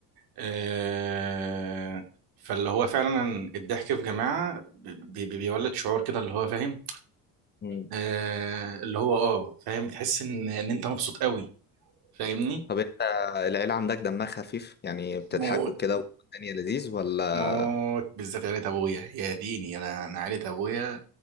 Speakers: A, on the right (about 70°); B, on the left (about 25°).
A: آه فاللي هو فعلا الضحك في جماعة بي بي بيولد شعور كده اللي هو فاهم
B: اه
A: آه اللي هو اه فاهم بتحس إن إن أنت مبسوط قوي فاهمني
B: طب انت العيلة عندك دمها خفيف يعني بتضحكوا
A: موت
B: كده والدنيا لذيذ ولا
A: موت بالذات عيلة أبويا يا ديني أنا أنا عيلة أبويا